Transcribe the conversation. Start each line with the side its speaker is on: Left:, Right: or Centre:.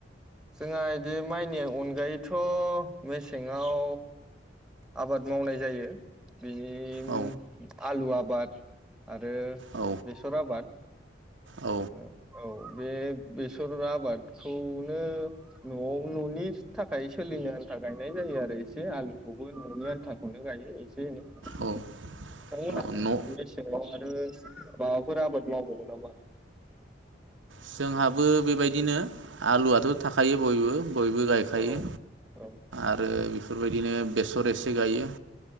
Centre: जोंहा इदि माइनि अनगायैथ' मेसेङाव आबाद मावनाय जायो बेनि
Right: औ
Centre: आलु आबाद आरो
Right: औ
Centre: बेसर आबाद <inaudible>
Right: औ
Centre: औ बे बेसर आबादखौनो न'आव न'नि थाखाय सोलिनो आन्था गायनाय जायो आरो एसे आलुखौबो न'नि आन्थाखौनो गायो एसे एनै नोंथांमोना
Right: औ औ
Centre: <unintelligible>
Right: न'
Centre: सिङाव माबाफोर आबाद मावबावो नामा
Right: जोंहाबो बेबायदिनो आलुआथ' थाखायो बयबो बयबो गायखायो
Centre: औ औ
Right: आरो बेफोरबायदिनो बेसर एसे गायो